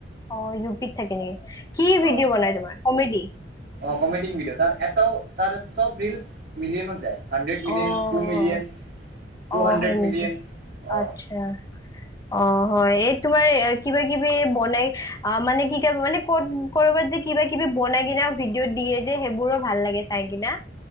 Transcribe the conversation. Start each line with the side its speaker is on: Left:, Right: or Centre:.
Left: অ ইউ পিত থাকে নেকি কি ভিডিঅ'
Right: অ
Left: বনাই তোমাৰ কমেডি-
Right: অ কমেডিং ভিডিঅ ত এটাও ত চব ৰিলচ মিলিয়নত যায়- হাড্ৰেড মিলিয়
Left: অ',
Right: টু মিলিয়ন টু
Left: অ',
Right: হাণ্ড্ৰেড
Left: হয় নেকি?
Right: মিলিয়ন অ
Left: আচ্ছা, অ হয় এই তোমাৰ কিবা কিবি এই বনাই অ মানে কি ক মানে ক'ত কৰ'বাত যে কিবা কিবি বনাই কিনা ভিডিঅ' দিয়ে যে সেইবোৰো ভাল লাগে চাই কিনা